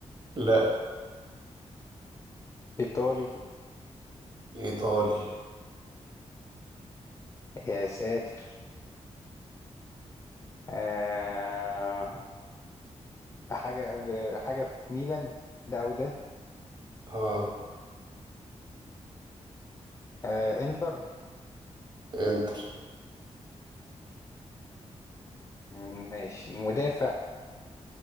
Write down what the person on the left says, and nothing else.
ايطالي
يا ساتر آه حاجة ب- حاجة في ميلان ده او ده
آه انتر
مم، ماشي مدافع